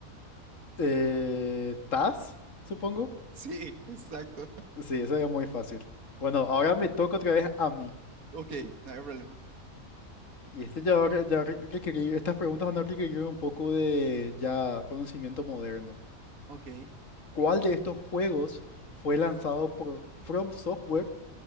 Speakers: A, on the left; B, on the right.
A: Eh, Taz, supongo.
B: Sí, <laughs> exacto.
A: Sí, esa es muy fácil. Bueno, ahora me toca otra vez a mí.
B: Ok, no hay problema.
A: Y este ya va, re- ya re- requerir, estas preguntas van a requerir un poco de ya conocimiento moderno.
B: Ok.
A: ¿Cuál de estos juegos fue lanzado por From Software